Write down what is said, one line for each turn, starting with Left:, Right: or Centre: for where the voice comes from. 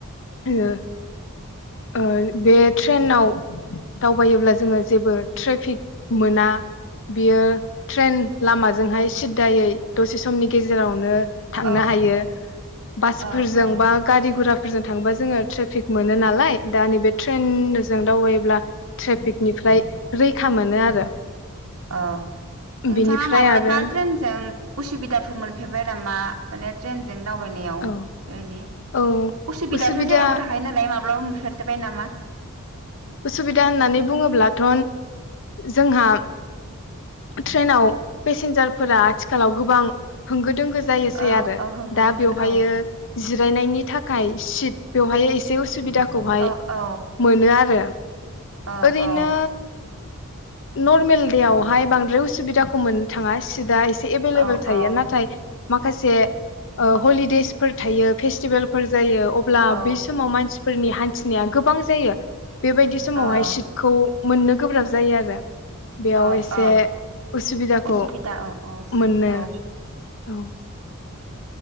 Left: ओ। ऐ बे ट्रेनाव दावबायोब्ला जोङो जेबो ट्रेफिक मोना बियो ट्रेन लामाजोंहाय सिदा सिदायै दसे समनि गेजेरावनो थांनो
Right: औ
Left: हायो बासफोरजों
Right: औ औ औ
Left: बा गारि गुराफोरजों थांबा जोङो ट्रेफिक मोनो नालाय बे ट्रेनजों दावबायोब्ला ट्रेफिकनिफ्राय रैखा मोनो आरो।
Right: अ नोंथाङा
Left: बिनिफ्राय
Right: माब्लाबा
Left: आरो
Right: ट्रेनजों उसुबिदाफोर मोनफेरबाय नामा माने ट्रेनजों दावबायनायाव
Left: औ
Right: बेबायदि
Left: औ
Right: उसुबिदाथ
Left: उसुबिदा
Right: जेरावबो थाखायो नालाय माब्लाबा औ नुफेरबाय नामा?
Left: असुबिदा होननानै बुङोब्लाथ जोंहा ट्रेनाव पेसेन्जारफोरा आथिखालाव गोबां। दोंगो जायोसै
Right: औ
Left: आरो
Right: औ होंगो
Left: दा
Right: दोङो
Left: बेवहायो
Right: औ
Left: जिरायनायनि थाखाय। सित बेवहाय एसे उसुबिदाखौहाय
Right: औ औ
Left: मोनो आरो
Right: औ
Left: ओरैनो
Right: औ
Left: नर्मेल दे आवहाय बांद्राय उसुबिदाखौ मोननो थाङा सिदा एसे एभेलेबेल
Right: औ
Left: थायो नाथाय। माखासे हलिदेसफोर थायो। फेस्टिभेलफोर जायो अब्ला
Right: औ
Left: बै समाव मानसि फोरनि हान्थिनाया गोबबां जायो। बेबायदि समावहाय
Right: औ
Left: सिटखौ मोननो गोब्राब जायो आरो बेयाव
Right: औ
Left: एसे
Right: औ
Left: उसुबिदाखौ
Right: असुबिदा औ औ
Left: मोनो
Right: औ
Left: औ।